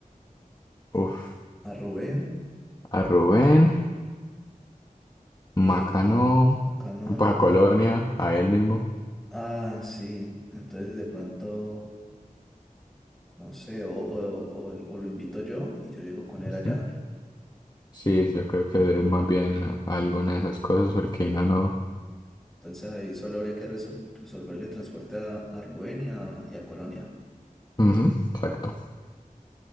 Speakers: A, on the left; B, in the centre.
A: Uf,
B: a Rubén,
A: a Rubén. Macano,
B: eh, acá no, la
A: pues a
B: Ru-
A: Colonia, a él mismo.
B: Ah, sí, entonces de pronto, no sé, o, o o- o- o lo invito yo y yo llego con él
A: Ujú.
B: allá.
A: Sí, yo creo que es más bien alguna de esas cosas, porque no, no.
B: Entonces ahí solo habría que resol- resolverle transporte a, a Rubén y a, y a Colonia.
A: Ujú, exacto.